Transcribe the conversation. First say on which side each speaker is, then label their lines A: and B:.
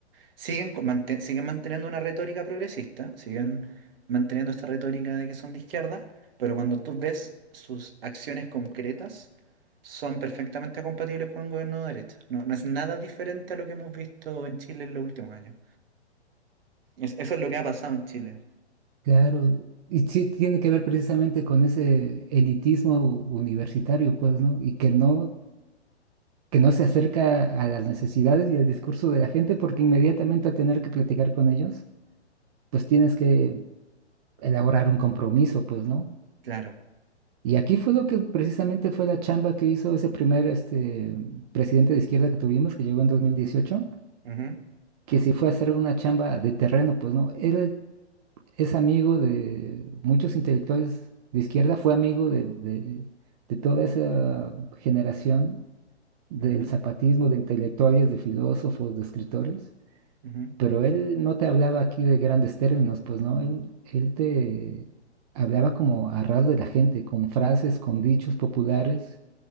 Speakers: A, on the right; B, on the right.
A: Siguen, con- manten- siguen manteniendo una retórica progresista, siguen manteniendo esta retórica de que son de izquierda, pero cuando tú ves sus acciones concretas, son perfectamente compatibles con un gobierno de derecha. No, no es nada diferente a lo que hemos visto en Chile en los últimos años. Es- eso es lo que ha pasado en Chile,
B: Claro, y sí tiene que ver precisamente con ese elitismo u- universitario, pues, ¿no? Y que no, que no se acerca a las necesidades y al discurso de la gente, porque inmediatamente al tener que platicar con ellos, pues tienes que elaborar un compromiso, pues, ¿no?
A: claro.
B: Y aquí fue lo que precisamente fue la chamba que hizo ese primer este, presidente de izquierda que tuvimos, que llegó en 2018,
A: Ujú,
B: que sí fue a hacer una chamba de terreno, pues, ¿no? Él es amigo de muchos intelectuales de izquierda, fue amigo de, de- de toda esa generación del
A: ujú,
B: zapatismo, de intelectuales, de filósofos, de escritores,
A: ujú,
B: pero él no te hablaba aquí de grandes términos, pues no, él, él te hablaba como a ras de la gente, con frases, con dichos populares